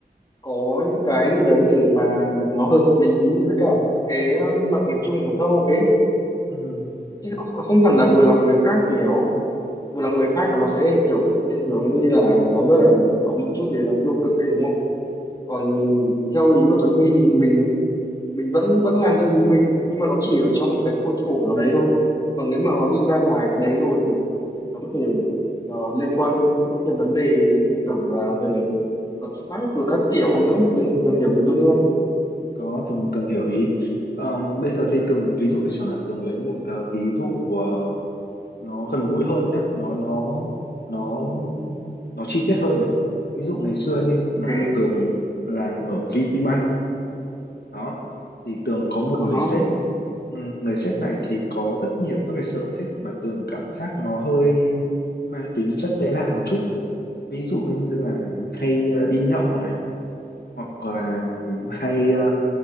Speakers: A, on the left; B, on the left.
A: có những cái gì đấy để mà nó hợp lý với cả cái ờ, mặt bằng chung của xã hội ấy
B: Ừ.
A: chứ nó không hẳn là vừa lòng người khác thì nó vừa lòng người khác là nó sẽ kiểu thiên hướng như là nó rất là có một chút gì nó tiêu cực ấy đúng không còn theo ý của Tuấn Huy thì mình mình vẫn vẫn làm theo ý mình nhưng mà nó chỉ ở trong cái khuôn khổ nào đấy thôi còn nếu mà nó đi ra ngoài cái đấy rồi thì nó có thể ờ, liên quan những cái vấn đề như kiểu là về luật pháp rồi các kiểu nữa tôi, tôi hiểu ý Tuấn Huy không?
B: có Tường Tường hiểu ý Ờm, bây giờ thì Tường
A: Ừ,
B: ví dụ chẳng hạn Tường lấy một ờ, ví dụ ờ, nó gần gũi hơn nhé nó nó nó nó chi tiết hơn này ví dụ ngày xưa như
A: ok
B: là Tường làm ở vê pê Bank đó thì Tường có một
A: Ờ
B: người
A: hả,
B: sếp ừ, người sếp này thì có rất nhiều các cái sở thích mà Tường cảm giác nó hơi mang tính chất tệ nạn một chút ví dụ như là hay ờ, đi nhậu này hoặc là hay ờ,